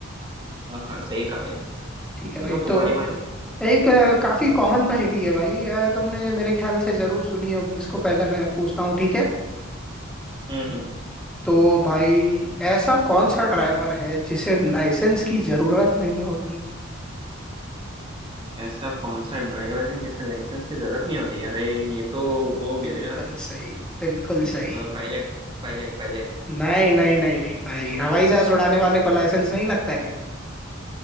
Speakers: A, on the right; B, in the centre.
A: हाँ हाँ सही कहा यार
B: ठीक है भाई
A: चलो तुम्हारी
B: तो
A: बारी
B: एक आ, काफी कॉमन पहेली है भाई आ, तुमने मेरे ख्याल से जरूर सुनी होगी इसको पहले मैं पूछता हूँ ठीक है
A: हम्म हम्म
B: तो भाई ऐसा कौन सा ड्राइवर है जिसे लाइसेंस की जरूरत नहीं होती
A: ऐसा कौन सा ड्राइवर है जिसे लाइसेंस की जरूरत नहीं होती अरे ये तो वो हो गया
B: बिल्कुल
A: यार
B: सही बिल्कुल सही
A: पायलट Pilot pilot
B: नहीं नहीं नहीं नहीं भाई हवाई जहाज उड़ाने वाले को लाइसेंस नहीं लगता है क्या